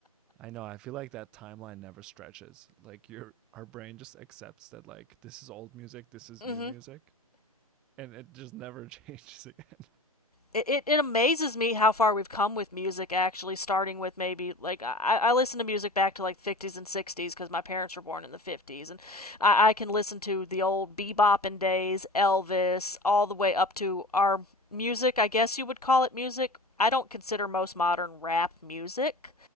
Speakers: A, in the centre; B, on the left.
A: I know. I feel like that timeline never stretches. Like your our brain just accepts that like this is old music, this is
B: mm-hmm.
A: new music, and it just never <laughs> changes again.
B: it, it, it amazes me how far we've come with music actually starting with maybe like i, I listen to music back to like 50s and 60s because my parents were born in the 50s and I, I can listen to the old bebopping days elvis all the way up to our music i guess you would call it music i don't consider most modern rap music